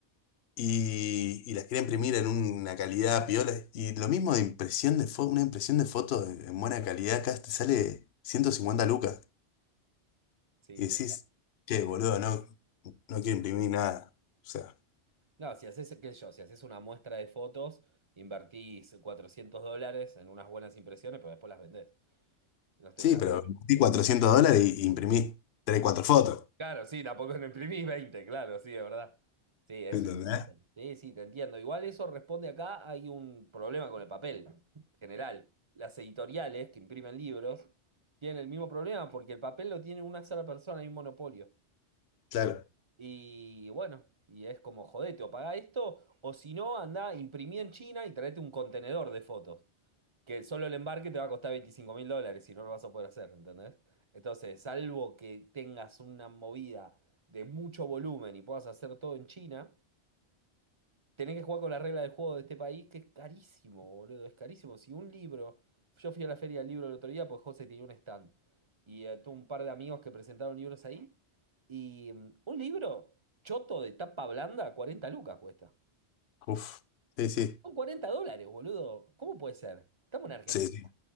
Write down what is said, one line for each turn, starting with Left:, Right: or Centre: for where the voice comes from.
Left: y, y las quería imprimir en una calidad piola. Y lo mismo de impresión de foto, una impresión de foto en buena calidad acá te sale 150 lucas.
Right: Sí,
Left: Y decís, che, boludo, no, no quiero imprimir nada. O sea,
Right: No, si haces, qué sé yo, si haces una muestra de fotos, invertís 400 dólares en unas buenas impresiones, pero después las vendés. Las terminás-
Left: sí, pero invertí 400 dólares y y imprimí 3 4 fotos.
Right: Claro, sí, tampoco no imprimís 20, claro, sí, es verdad. Sí, es
Left: ¿Entendés?
Right: un... Sí, sí, te entiendo. Igual eso responde acá, hay un problema con el papel general. Las editoriales que imprimen libros tienen el mismo problema porque el papel lo tiene una sola persona, hay un monopolio.
Left: Claro.
Right: Y bueno, y es como, jodete, o pagá esto, o si no, andá, imprimí en China y traete un contenedor de fotos. que solo el embarque te va a costar veinticinco mil dólares y no lo vas a poder hacer, ¿entendés? Entonces, salvo que tengas una movida de mucho volumen y puedas hacer todo en China, tenés que jugar con la regla del juego de este país, que es carísimo, boludo, es carísimo. Si un libro, yo fui a la feria del libro el otro día, pues José tenía un stand y eh, tuve un par de amigos que presentaron libros ahí y mm, un libro choto de tapa blanda, 40 lucas cuesta.
Left: Uf, sí, sí.
Right: Son 40 dólares, boludo. ¿Cómo puede ser? Estamos en Argentina.
Left: Sí, sí.